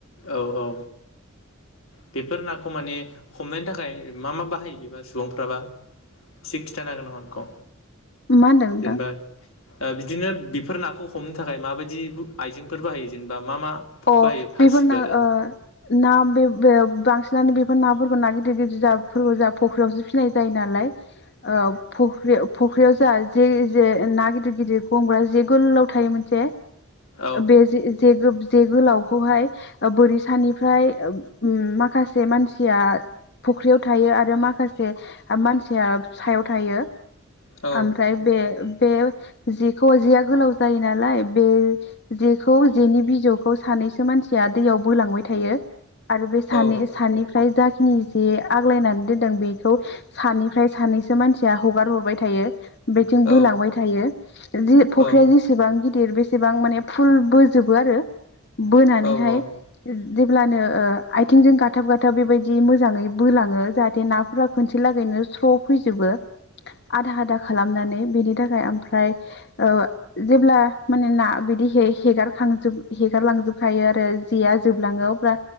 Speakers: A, on the left; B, on the left.
A: औ औ। बेफोर नाखौ माने हमनायनि थाखाय मा मा बाहायो बिबा सुबुंफ्राबा इसे खिथानो हागोन नामा
B: मा होनदों नोंथां?
A: <unintelligible> जेनबा ओ बिदिनो बिफोर नाखौ हमनो थाखाय माबायदि आइजेंफोर बाहायो जेनेबा मा मा
B: अ
A: बायो फासिफोर
B: बेफोर ना
A: औ
B: ओ ना बे बो बांसिनानो बेफोर नाफोरखौ ना गिदिर गिदिर जाफोरखौ जा फख्रियावसो फिसिनाय जायो नालाय ओ फुख्रि फुख्रियाव जा जे जे ना गिदिर गिदिर हमग्रा जे गोलाव थायो मोनसे
A: औ
B: बे जे जेगोबस जे गोलावखौहाय ओ बोरिसानिफ्राय ओ उम माखासे मानसिया फुख्रियाव थायो आरो माखासे मानसिया सायाव थायो।
A: औ
B: ओमफ्राय बे-बे जेखौ जेया गोलाव जायो नालाय बे जेखौ जेनि बिजौ खौ सानैसो मानसिया दैयाव बोलांबाय थायो आरो बे सानै
A: औ
B: सफ्राय जा नि जे आग्लायनानै दोनदों बेखौ सानिफ्राय सानैसो मानसिया हगार हरबाय थायो। बेथिं
A: औ
B: बोलांबाय थायो जि फख्रिया
A: औ
B: जेसेबां गि दिर बेसेबां माने फुल बोजोबो आरो। बोनानैहाय
A: औ
B: जेब्लानो ओ आइथिंजों गाथाब गाथाब बेबायदि मोजाङै बोलाङो जाहाथे नाफोरा खनसे लागै ओ स्र फैजोबो आधा आधा खालामनानै बेनि थाख खाय ओमफ्राय ओ जेब्ला माने ना बिदि हे-हेगारखांजोब हेगारलांजोबखायो आरो जेया जोबलाङो अब्ला